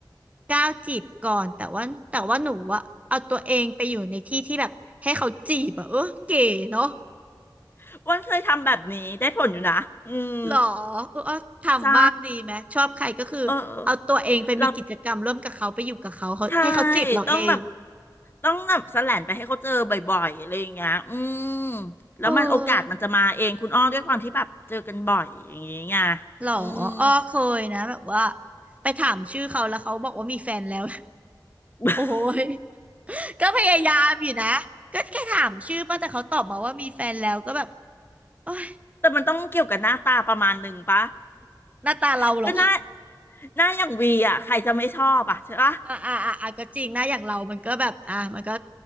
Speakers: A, on the right (about 15°); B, on the left (about 30°).
A: ก้าวจีบก่อนแต่ว่าแต่ว่าหนูอะเอาตัวเองไปอยู่ในที่ที่แบบให้เขาจีบอะเออเก๋เนาะ
B: อ้วันเคยทำแบบนี้ได้ผลอยู่นะอืม
A: หรอเอออ้อทำบ้างดีไหมชอบใครก็คือเอาตัวเองไปมีกิจกรรมร่วมกับเขาไปอยู่กับเขาเขาให้เขาจีบเราเอง
B: ใช่เออเรา ใช่ต้องแบบต้องแบบแสแลนไปให้เขาเจอบ่อยๆอะไรอย่างเงี้ยอืมแล้วมันโอกาสมันจะมาเองคุณอ้อด้วยความที่แบบเจอกันบ่อยอย่างเงี้ย
A: เออหรออ้อเคยนะแบบว่า
B: อืม
A: ไปถามชื่อเขาแล้วเขาบอกว่ามีแฟนแล้ว <laughs>
B: <laughs>
A: โอ้ย <laughs> ก็พยายามอยู่นะก็แค่ถามชื่อป่ะแต่เขาตอบมาว่ามีแฟนแล้วก็แบบโอ้ย
B: แต่มันต้องเกี่ยวกับหน้าตาประมาณหนึ่งปะ
A: หน้าตาเราเหรอ
B: <laughs> ก็หน้าหน้าอย่างวีอ่ะใครจะไม่ชอบอ่ะใช่ปะ
A: อ่าอ่าอ่าอ่ะก็จริงนะอย่างเรามันก็แบบอ่ะมันก็